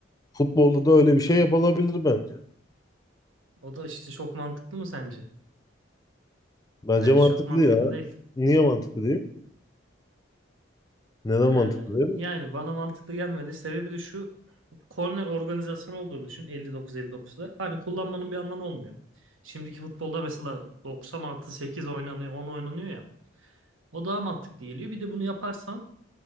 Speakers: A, on the left (about 20°); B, on the right (about 90°).
A: Futbolda da öyle bir şey yapılabilir bence.
B: O da işte çok mantıklı mı sence?
A: Bence
B: Bence
A: mantıklı
B: çok mantıklı
A: ya.
B: değil.
A: Niye mantıklı diyeyim? Neden mantıklı
B: Ee,
A: diyeyim?
B: yani bana mantıklı gelmedi. Sebebi de şu korner organizasyonu olduğunu düşün 59-59'da. Hani kullanmanın bir anlamı olmuyor. Şimdiki futbolda mesela 90 artı 8 oynanıyor 10 oynanıyor ya. O daha mantıklı geliyor. Bir de bunu yaparsan